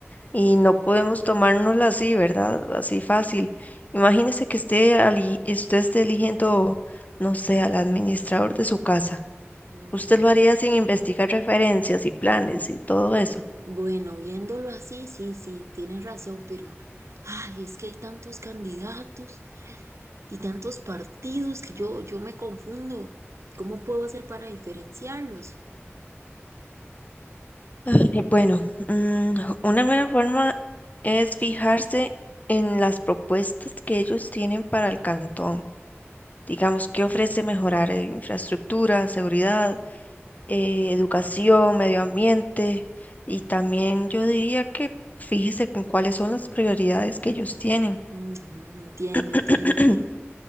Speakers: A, on the left (about 35°); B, on the right (about 80°).
A: y no podemos tomárnosla así, ¿verdad? Así fácil. Imagínese que esté ali- usted esté eligiendo, no sé, al administrador de su casa.
B: Mm,
A: Usted lo haría sin investigar referencias y planes y todo eso.
B: bueno, viéndolo así, sí, sí, tienes razón, pero... Ay, es que hay tantos candidatos. Y tantos partidos que yo, yo me confundo. ¿Cómo puedo hacer para diferenciarlos?
A: Ay, Bueno, mm, una buena forma es fijarse en las propuestas que ellos tienen para el cantón. Digamos, ¿qué ofrece mejorar? eh, Infraestructura, seguridad, eh, educación, medio ambiente y también yo diría que fíjese en cuáles son las prioridades que ellos tienen.
B: Ujú, entiendo,
A: <clears throat>
B: entiendo, pero,